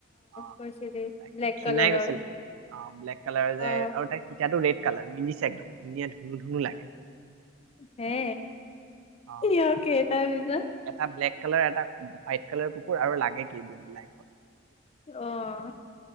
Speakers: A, on the right (about 85°); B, on the left (about 30°).
A: অ
B: কৈছিলি
A: তাই
B: ব্লেক
A: ক্ষীণাই
B: কালাৰৰ
A: গৈছিল অ ব্লেক কালাৰ যে
B: অ
A: আৰু তাই সতটো ৰেড। কালাৰ তিনি একদম ধুনীয়া ধুনু ধুনু লাগে।
B: হে
A: অ
B: ই অকেইটা বিছ
A: এটা ব্লেক কালাৰ এটা হোৱাইট কালাৰ কুকুৰ আৰু লাগে কি দু লাইত।
B: অহ